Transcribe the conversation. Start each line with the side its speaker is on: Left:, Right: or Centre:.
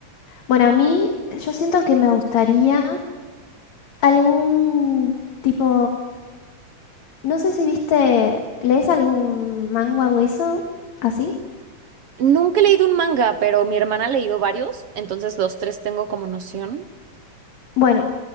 Left: Bueno, a mí, yo siento que me gustaría. algún tipo, no sé si viste, ¿lees algún manga o eso? ¿Así?
Right: Nunca he leído un manga, pero mi hermana ha leído varios, entonces los tres tengo como noción.
Left: Bueno,